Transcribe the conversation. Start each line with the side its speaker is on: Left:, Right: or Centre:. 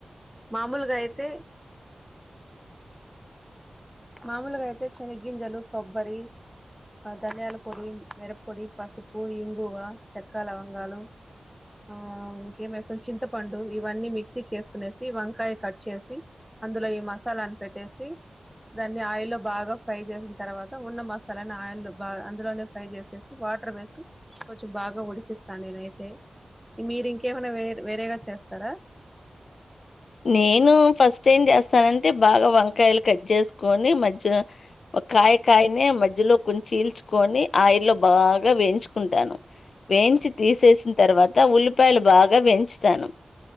Centre: మామూలుగా అయితే మామూలుగా అయితే శని గింజలు కొబ్బరి ఆ ధనియాల పొడి మిరపొడి పసుపు ఇంగువ చెక్క లవంగాలు ఆ ఇంకేమేస్తాం చింతపండు ఇవన్నీ మిక్సీకి ఏసుకునేసి వంకాయ కట్ చేసి అందులో ఈ మసాలాను పెట్టేసి దాన్ని ఆయిల్ల్లో బాగా ఫ్రై చేసిన తర్వాత ఉన్న మసాలాని ఆయిల్ బాగా అందులోనే ఫ్రై చేసేసి వా టర్ వేసి కొంచం బాగా ఉడికిస్తా నేనైతే మీరు ఇంకేమైనా వేరే వేరేగా చేస్తారా
Left: నేను ఫస్ట్ ఏం చేస్తానంటే బాగా వంకాయలు కట్ చేసుకొని మధ్య కాయ కాయనే మధ్యలోకి కొంచం చీల్చుకొని ఆయిల్లో బాగా వేయించుకుంటాను వేయించి తీసేసిన తర్వాత ఉల్లిపాయలు బాగా వేంచుతాను